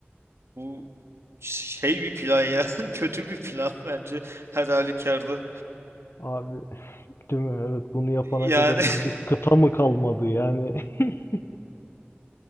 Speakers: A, on the right; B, on the left.
A: Bu şey bir plan ya. <laughs> Kötü bir plan bence her halükarda.
B: Abi, değil mi? Evet, bunu yapana
A: Yani
B: kadar gidecek kıta mı kalmadı yani? <laughs>